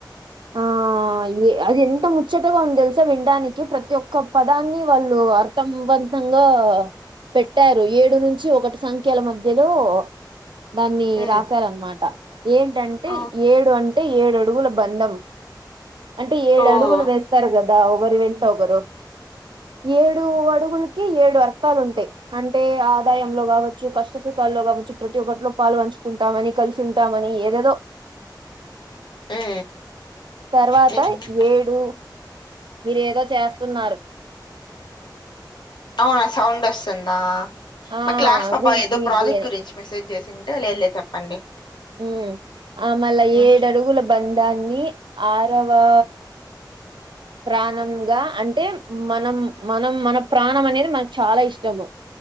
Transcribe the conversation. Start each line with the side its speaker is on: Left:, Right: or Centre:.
Right: ఆ ఏ అది ఎంత మోత్త ముచ్చటగా ఉంది తెలుసా వినడానికి ప్రతి ఒక్క పదాన్ని వాళ్ళు అర్థంవంతంగా పెట్టారు ఏడు నుంచి ఒకటి సంఖ్యల మధ్యలో దాన్ని
Left: ఉమ్
Right: రాశారనమాట ఏంటంటే
Left: ఆ
Right: ఏడు అంటే ఏడు అడుగుల బంధం అంటే ఏడు
Left: ఓ
Right: అడుగులు
Left: ఉమ్
Right: వేస్తారు గదా ఒకరు వెంట ఒకరు ఏడు అడుగులకి ఏడు అర్థాలు ఉంటయి అంటే ఆదాయంలో గావచ్చు కష్ట సుఖాల్లో గావచ్చు ప్రతి ఒక్కటిలో పాలు పంచు కుంటామని కలిసి ఉంటామని ఏదేదో
Left: ఉమ్
Right: తర్వాత
Left: నిజమే
Right: ఏడు మీరు ఏదో చేస్తున్నారు
Left: అవునా సౌండ్ వస్తుందా
Right: ఆ
Left: మా క్లాస్ లో
Right: గుయ్
Left: బాగా ఏదో
Right: గుయ్
Left: ప్రాజెక్ట్
Right: గుయ్ అని
Left: గురించి మెసేజ్ చేసుంటే లెదు లేదు చెప్పండి
Right: ఉ ఆ మళ్ళ
Left: ఉమ్
Right: ఏడడుగుల బంధాన్ని ఆరవా ప్రాణంగా అంటే మనం మనం మన ప్రాణం అనేది మనకు చాలా ఇష్టము.